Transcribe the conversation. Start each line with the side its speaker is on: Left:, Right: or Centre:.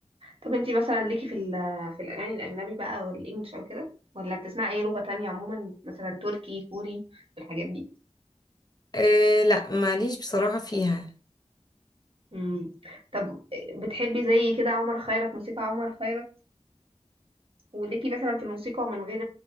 Right: طب انتي مثلا ليكي في ال في الأغاني الأجنبي بقى والإنجليش أو كده ولا بتسمعي أي لغة تانية عموما مثلا تركي كوري الحاجات دي
Left: أه لا ماليش بصراحة فيها
Right: مم. طب بتحبي زي كده عمر خيرت موسيقى عمر خيرت وليكي مثلا في الموسيقى من غير